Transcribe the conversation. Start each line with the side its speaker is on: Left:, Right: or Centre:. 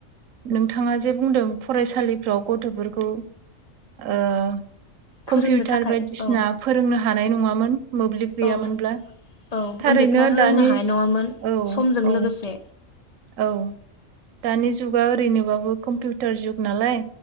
Right: नोंथाङा जे बुंदों फरायसालिफ्राव गथफोरखौ ओ
Left: फोरोंनो
Right: कम्पिउटार
Left: थाखाय
Right: बायदिसिना
Left: औ
Right: फोरोंनो हानाय नङामोन मोब्लिब गैयामोनब्ला
Left: औ औ
Right: थारैनो
Left: उन्दैफ्रा रोंनो
Right: दानि
Left: हानाय नङामोन
Right: औ
Left: समजों
Right: औ
Left: लोगोसे
Right: औ दानि जुगा ओरैनोबाबो कम्पिउटार जुग नालाय